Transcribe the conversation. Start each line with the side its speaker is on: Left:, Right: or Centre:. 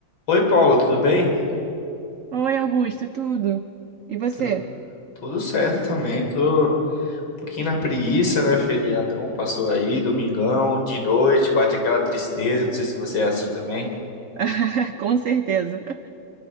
Left: Oi, Paulo, tudo bem?
Right: Oi, Augusto, tudo? E você?
Left: Tu- tudo certo também. Tô um pouquinho na preguiça, né? Feriadão passou aí, domingão, de noite, bate aquela tristeza. Não sei se você é assim também.
Right: <laughs> Com certeza.